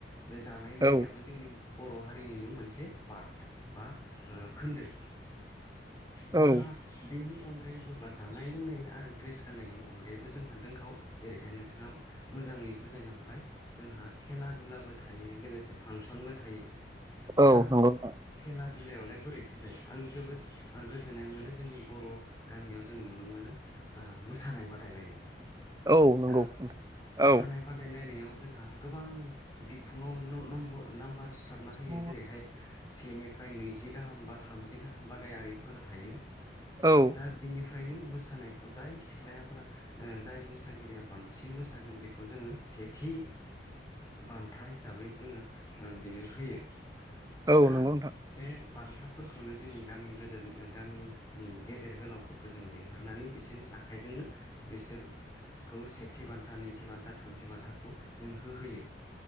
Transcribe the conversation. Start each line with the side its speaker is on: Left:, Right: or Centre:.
Left: बे जानाय लोंनायाबो
Right: औ
Left: जोंनि बर' हारिनिनो मोनसे पार्ट बा खोन्दो दा
Right: औ
Left: बेनि अनगायैबो बा जानाय लोंनाय आरो ड्रेस गाननायनि अनगायैबो जोंहा दंखाव जेरैहाय नोंथाङा मोजाङै बुजायलांबाय। जोंहा खेला दुलाबो थायो लोगोसे फांसनबो थायो।
Right: औ
Left: दा
Right: नंगौ नोंथां
Left: खेला दुलायावलाय बोरैथो जायो। आं जोबोद गोजोननाय मोनो जोंनि बर' गामियाव जों नुनो मोनो। मोसानाय बादायलायनाय।
Right: औ नंगौ
Left: दा
Right: नोंथां
Left: मोसानाय
Right: औ
Left: बादायलायनायाव जोंहा गोबां बिखुङाव नाम्बार सिथाबना होयो।
Right: औ
Left: जेरैहाय सेनिफ्राय नैजि गाहाम बा थामजि गाहाम बादायारिफोर थायो।
Right: औ।
Left: दा बिनिफ्रायनो मोसानायखौ जाय सिख्लाया बा जाय मोसागिरिया बांसिन मोसागोन बेखौ जोङो सेथि बान्था हिसाबै जोङो बेनो होयो।
Right: औ
Left: दा
Right: नंगौ नोंथां।
Left: बे बान्थाफोरखौनो जोंनि गामि गोद गामिनि गेदेर गोलाव खौ जों लिंहरनानै बिसोरनि आखाइजोंनो बिसोर खौ सेथि बान्था, नैथि बान्था, थामथि बान्थाखौ जों होहोयो।